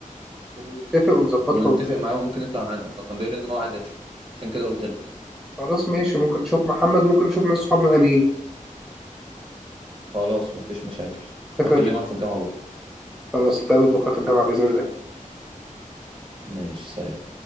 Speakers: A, in the centre; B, on the right (about 40°).
A: ونتفق ونظبطها
B: ونتفق معاه وممكن يطلع معانا هو كان بيقول إن هو عايز يطلع عشان كده قلت لك
A: خلاص ماشي ممكن نشوف محمد ممكن نشوف ناس صحابنا تانيين
B: خلاص مفيش مشاكل
A: الفكرة
B: هكلمك
A: دي
B: في الجامعة بكرة
A: خلاص نتقابل بكرة في الجامعة بإذن الله
B: ماشي سلام